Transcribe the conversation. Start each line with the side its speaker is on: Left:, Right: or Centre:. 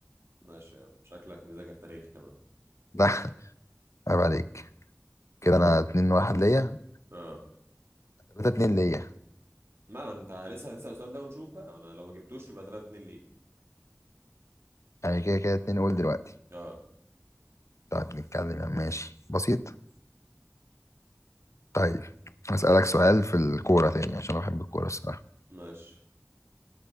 Right: ماشي يا عم شكلك مذاكر تاريخ كمان
Left: لا عيب عليك كده انا اتنين واحد ليا
Right: اه
Left: تلاتة اتنين ليا
Right: ما ما انت لسه هتسأل السؤال ده ونشوف بقى انا لو ما جبتوش يبقى 3 2 ليك
Left: يعني كده كده اتنين قول دلوقتي
Right: اه
Left: طيب نتكلم يعني ماشي بسيط طيب هسألك سؤال في الكورة تاني عشان انا بحب الكورة الصراحة
Right: ماشي